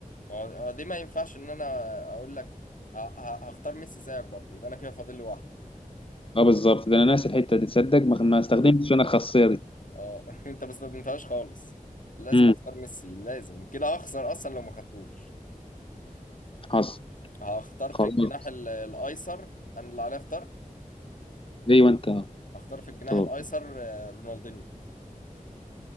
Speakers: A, on the left; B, on the left.
A: آه. آه، دي ما ينفعش ان انا اقول لك ه- ه- هختار ميسي زيك برضو يبقى انا كده فاضل لي واحده
B: اه بالظبط ده انا ناسي الحته دي تصدق ما ما استخدمتش انا الخاصيه دي
A: اه <laughs> انت ما استخدمتهاش خالص لازم
B: امم
A: اختار ميسي لازم كده اخسر اصلا لو ما خدتوش
B: حصل
A: هختار في
B: خلاص
A: الجناح ال- الايسر انا اللي عليا اختار
B: ايوه انت
A: هختار في الجناح
B: طب
A: الايسر آه، رونالدينيو